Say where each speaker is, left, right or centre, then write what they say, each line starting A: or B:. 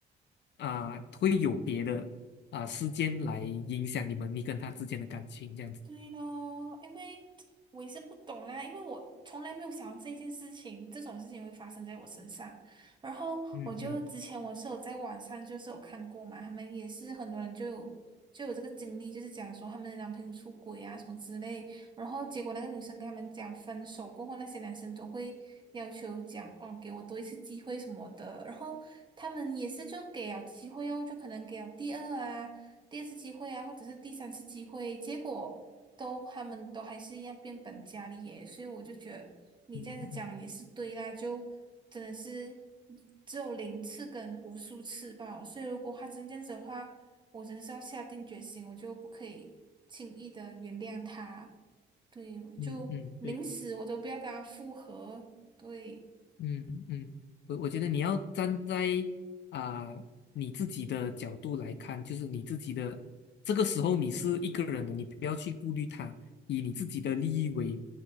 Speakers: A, on the left; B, on the right.
A: 啊、会有别的啊、事件来影响你们你跟他之间的感情这样子。
B: 对咯，因为我也是不懂啦，因为我从来没有想到这件事情，这种事情会发生在我身上。然后我就之前我是有在网上就是有看过嘛，
A: 嗯嗯
B: 他们也是很多人就有就有这个经历，就是讲说他们的男朋友出轨啊什么之类，然后结果那个女生跟他们讲分手过后，那些男生都会要求讲哦给我多一次机会什么的，然后他们也是就给了机会哦，就可能给了第二啊。第二次机会啊，或者是第三次机会，结果都他们都还是一样变本加厉耶，所以我就觉得你这样子讲也是对啦，
A: 嗯
B: 就真的是只有零次跟无数次吧，所以如果他真这样子的话，我真的是要下定决心，我就不可以轻易的原谅他，对，我就宁死我都不要跟他复合，
A: 嗯嗯嗯，对。
B: 对，
A: 嗯嗯，我我觉得你要站在啊、你自己的角度来看，就是你自己的这个时候你是一个人的，你不要去顾虑他，以你自己的利益为